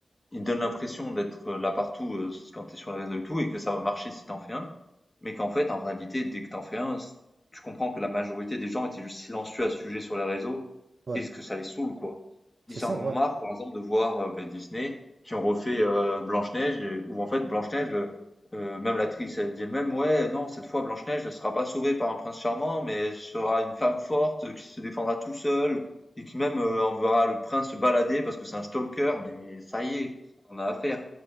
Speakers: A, on the left; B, on the right.
A: il donne l'impression d'être, heu, là partout, heu, quand t'es sur les réseaux et tout et que ça va marcher si t'en fais un. Mais qu'en fait, en réalité, dès que t'en fais un, c- tu comprends que la majorité des gens étaient juste silencieux à ce sujet sur les réseaux
B: ouais.
A: et ce que ça les saoule, quoi.
B: C'est
A: Ils
B: ça,
A: en ont
B: ouais.
A: marre, par exemple, de voir euh, bah, Disney qui ont refait euh, Blanche-Neige, et- où en fait, Blanche-Neige, euh, euh, même l'actrice, elle dit elle-même, ouais, non, cette fois, Blanche-Neige ne sera pas sauvée par un prince charmant, mais elle sera une femme forte euh, qui se défendra tout seule et qui même euh, enverra le prince se balader parce que c'est un stalker, mais ça y est, qu'est-ce qu'on a à faire?